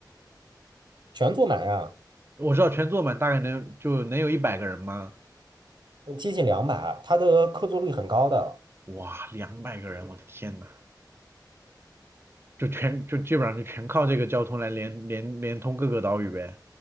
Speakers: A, on the right; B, on the right.
A: 全坐满呀，
B: 我知道全坐满大概能就能有一百个人吗？
A: 接近两百，它的客座率很高的。
B: 哇，两百个人，我的天呐！就全就基本上就全靠这个交通来连连连通各个岛屿呗。